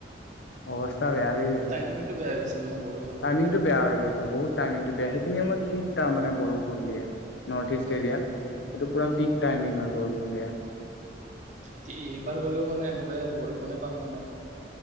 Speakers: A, on the left; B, on the right.
A: অৱস্থা বেয়া হৈ গৈছে।
B: টাইমিংটো বেয়া হৈ গৈছিল ন বৰ
A: টাইমিংটো বেয়া হৈ গৈছে বহুত টাইমিংটো বেয়া সেইখিনি সময়ত পিক তাৰমানে বৰষুণ দিয়ে। নৰ্থ ইষ্ট
B: উম
A: এৰিয়াত এইটো পোৰা
B: উম
A: পিক টাইমিং হয় বৰষুণ দিয়া।
B: এতিয়া এইবাৰ গ'লেও মানে এনেকুৱাই বৰষুণে পাম মানে।